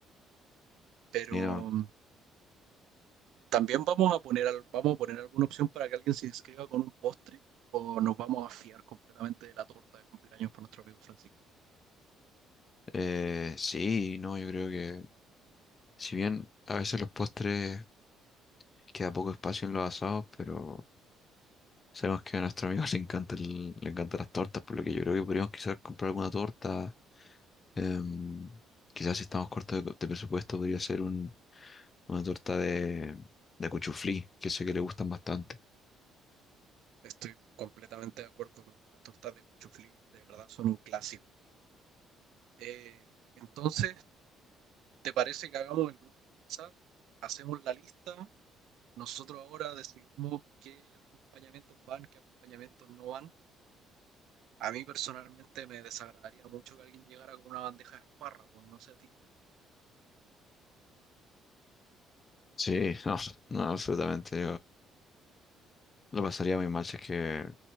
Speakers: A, on the right (about 65°); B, on the left (about 20°).
A: Pero
B: Y no,
A: mm, También vamos a poner, al- vamos a poner alguna opción para que alguien se inscriba con un postre o nos vamos a fiar completamente de la torta de cumpleaños por nuestro amigo Francisco.
B: eh, sí, no, yo creo que si bien a veces los postres queda poco espacio en los asados, pero sabemos que a nuestro amigo <laughs> le encanta el- le encantan las tortas, por lo que yo creo que podríamos quizás comprar alguna torta. Em, quizás si estamos cortos de, de presupuesto podría ser un, una torta de, de cuchuflí, que sé que le gustan bastante.
A: Estoy completamente de acuerdo. lo- Las tortas de cuchuflí de verdad son un clásico. Eh, entonces, ¿te parece que hagamos el grupo de WhatsApp? Hacemos la lista. Nosotros ahora decidimos qué acompañamientos van, qué acompañamientos no van. A mí personalmente me desagradaría mucho que alguien llegara con una bandeja de espárragos, no sé a ti.
B: Sí, <laughs> no, no, absolutamente. Lo pasaría muy mal si es que